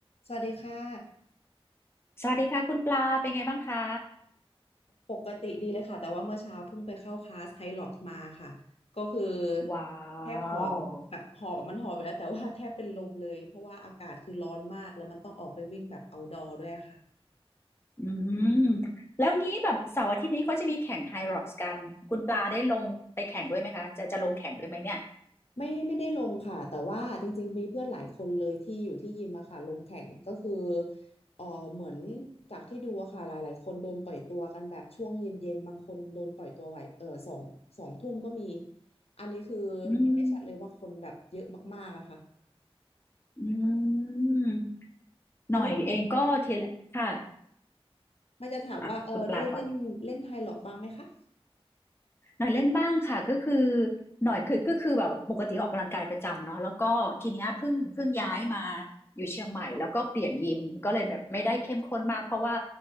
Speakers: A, on the left (about 75°); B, on the left (about 25°).
A: สวัสดีค่ะ
B: สวัสดีค่ะคุณปลาเป็นไงบ้างคะ
A: ปกติดีเลยค่ะแต่ว่าเมื่อเช้าเพิ่งไปเข้าคลาสไฮล็อกมาค่ะก็คือ
B: ว้า
A: แทบหอบแบบหอบอะมันหอบไปแล้วแต่ว่าแทบเป็นลมเลยเพราะว่าอากาศคือร้อนมากแล้วมันต้องออกไปวิ่งแบบเอาท์ดอร์ด้วยค่ะ
B: วอืมแล้วงี้แบบเสาร์อาทิตย์นี้เขาจะมีแข่งไฮร็อกซ์กันคุณปลาได้ลงไปแข่งด้วยไหมคะจะจะลงแข่งด้วยไหมเนี่ย
A: ไม่ไม่ได้ลงค่ะแต่ว่าจริงๆมีเพื่อนหลายคนเลยที่อยู่ที่ยิมอะค่ะลงแข่งก็คือเออเหมือนจากที่ดูอะค่ะหลายๆคนโดนปล่อยตัวกันแบบช่วงเย็นๆบางคนโดนปล่อยตัวไหวเออสองสองทุ่มก็มีอันนี้คือเห็นได้ชัดเลยว่าคนแบบเยอะมากๆอะค่ะ
B: อืมอืมหน่อยเองก็ทีละค่ะ
A: อันนี้มันจะถามว่าเออได้เล่นเล่นไฮล็อกบ้างไหมคะ
B: อ่ะคุณปลาก่อน หน่อยเล่นบ้างค่ะก็คือหน่อยคือก็คือแบบปกติออกกำลังกายประจำเนาะแล้วก็ทีเนี้ยเพิ่งเพิ่งย้ายมาอยู่เชียงใหม่แล้วก็เปลี่ยนยิมก็เลยแบบไม่ได้เข้มข้นมากเพราะว่า